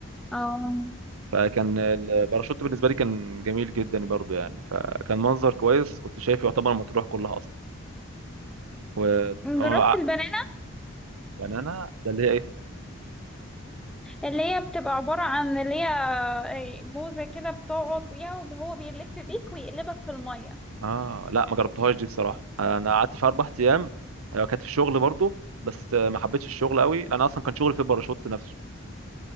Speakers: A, in the centre; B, on the right.
A: أه
B: فكان الباراشوت بالنسبه لي كان جميل جدا برضو يعني فكان منظر كويس كنت شايف يعتبر مطروح كلها اصلا و
A: جربت
B: هو ع-
A: البنانة
B: بنانا ده اللي هي ايه
A: اللي هي بتبقى عبارة عن اللي هي آه، موزة كده بتقعد فيها وهو بيلف بيك ويقلبك في المية
B: اه لا ما جربتهاش دي بصراحه انا قعدت في اربع ايام أيوة، كانت في الشغل برضو بس ما حبيتش الشغل قوي لان اصلا كان شغل في الباراشوت نفسه